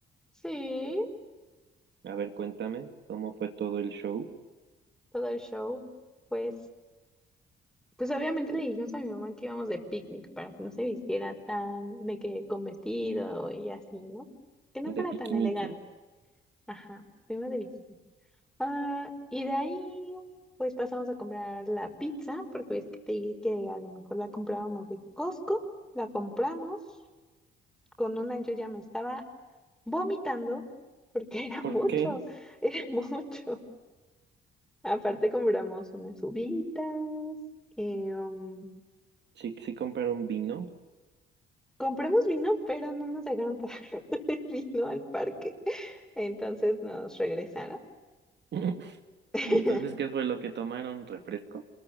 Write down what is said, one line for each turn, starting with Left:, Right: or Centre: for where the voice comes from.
Centre: Sí,
Right: A ver, cuéntame, ¿cómo fue todo el show
Centre: todo el show. Pues, pues obviamente le dijimos a mi mamá que íbamos de picnic para que no se vistiera tan de que con vestido y así, ¿no? Que no fuera
Right: de Piquiniqui?
Centre: tan elegante. Ajá, fuimos de visita. Ah, y de ahí, pues pasamos a comprar la pizza, porque es que te dije que a lo mejor la comprábamos de Costco. La compramos. Con una yo ya me estaba vomitando, porque <laughs> era
Right: ¿Por
Centre: mucho,
Right: qué?
Centre: era mucho. Aparte compramos unas uvitas. eh, um,
Right: ¿Sí, sí compraron vino?
Centre: compramos vino, pero no nos dejaron pagar <laughs> el vino al parque. Entonces nos regresaron.
Right: <laughs>
Centre: <laughs>
Right: ¿Y entonces qué fue lo que tomaron? ¿Refresco?